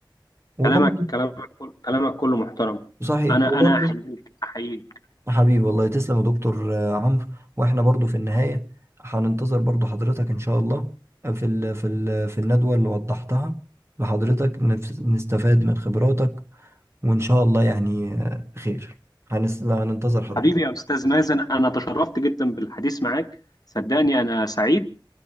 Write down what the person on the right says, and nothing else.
وبرضه
صحيح
وبرضه
حبيبي والله تسلم يا دكتور آه، عمرو واحنا برضو في النهاية هننتظر برضو حضرتك ان شاء الله آه، في ال في ال في الندوة اللي وضحتها لحضرتك نف- نستفاد من خبراتك وان شاء الله يعني آه، خير هنس- هننتظر حضرتك